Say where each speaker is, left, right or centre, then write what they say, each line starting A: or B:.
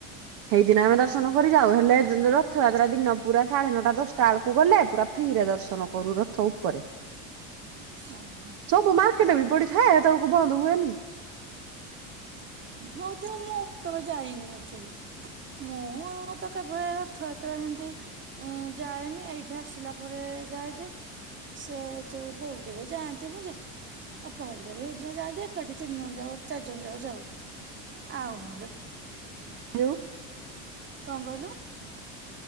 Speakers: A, on the right; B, on the right.
A: ସେଇଦିନ ଆମେ ଦର୍ଶନ
B: ଓହୋ
A: କରି ଯାଉ ହେଲେ। ରଥଯାତ୍ରା ଦିନ ପୁରା ସାଢ଼େ ନଅଟା, ଦଶଟା ବଳକୁ ଗଲେ ପୁରା ଫ୍ରିରେ ଦର୍ଶନ କରୁ ରଥ ଉପରେ।
B: ଓହୋ
A: ସବୁ ମାର୍କେଟ ବି ପଡିଥାଏ। <unintelligible> ବନ୍ଦ ହୁଏନି।
B: ହଉ, ତ ମୁଁ କେବେ ଯାଇନି ଏକ୍ଟୁଲୀ। ମୁଁ ଆଉ ତ କେବେ ରଥଯାତ୍ରା ସେମିତି ଅଁ, ଯାଏନି, ଏଇଠି ଆସିଲା ପରେ ଯାଏ ଯେ। ସେ ଯୋଉ ବୋଉ, ଯେବେ ଯାଆନ୍ତି, ମୁଁ ଜାଏ। ଅପାହେରିକା ବି ସେ ଦିନ ଯାଆନ୍ତି ତ। ଏକାଠି ତିନି ଜଣ, ଚାରି ଜଣ ଜାକ ଯାଉ। ଆଉ ନହେଲେ
A: ହ୍ୟାଲୋ।
B: କଣ କହିଲୁ?